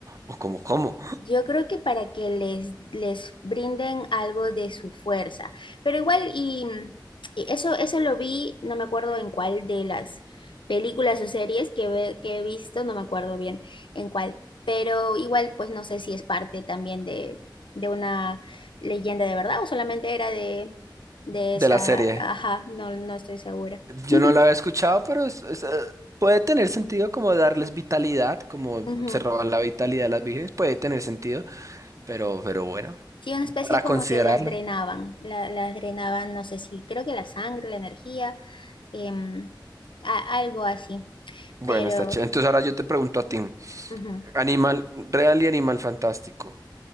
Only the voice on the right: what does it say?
o como cómo
de
la serie.
Yo no la había escuchado, pero es- es, eh, puede tener sentido como darles vitalidad, como
se roban la vitalidad de las vírgenes, puede tener sentido, pero pero bueno.
Para
considerarlo.
Bueno,
está chévere. Entonces ahora yo te pregunto a ti.
Animal real y animal fantástico.